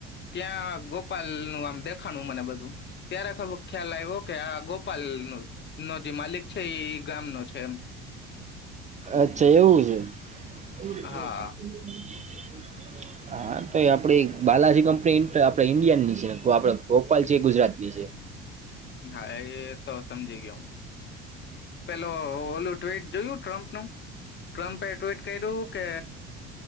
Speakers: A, on the left; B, on the right.
A: ત્યાં ગોપાલ નું આમ દેખાનું મને બધું ત્યારે ખબર ખ્યાલ આવ્યો કે આ ગોપાલ નું. નો જે માલિક છે એ ગામનો છે એમ
B: અચ્છા એવું છે. હ <unintelligible>
A: હા
B: હા તો આપડી બાલાજી કંપ. આપ ઇન્ડિયા ની છે આપ ગોપાલ છે ગુજરાત ની છે.
A: હા એ તો સમજી ગયા હું. પેલો ઓલું ટ્િટ જોયું ટ્રમ્પ. શું. ટ્રમ્પે ટ્વીટ કર્યું કે